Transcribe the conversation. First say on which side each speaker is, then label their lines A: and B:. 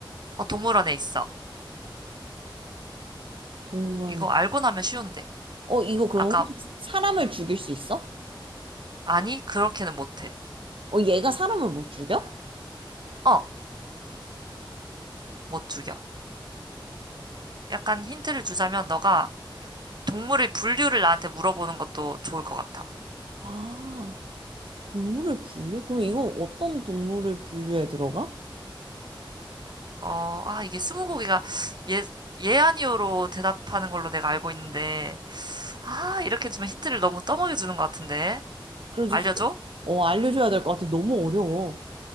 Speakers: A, on the right (about 55°); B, on the right (about 85°).
A: 어, 동물원에 있어.
B: 동물원에.
A: 이거 알고 나면 쉬운데.
B: 어, 이거 그러면
A: 아까,
B: 혹시 사람을 죽일 수 있어?
A: 아니, 그렇게는 못해.
B: 어, 얘가 사람을 못 죽여?
A: 어, 못 죽여. 약간 힌트를 주자면, 너가 동물의 분류를 나한테 물어보는 것도 좋을 것 같아.
B: 아, 동물을 분류? 그럼 이건 어떤 동물을 분류에 들어가?
A: 어, 아, 이게 스무고개가 예, 예 아니오로 대답하는 걸로 내가 알고 있는데, 아, 이렇게 주면 힌트를 너무 떠먹여 주는 것 같은데.
B: 그래도,
A: 알려줘?
B: 히- 어, 알려줘야 될 것 같아. 너무 어려워.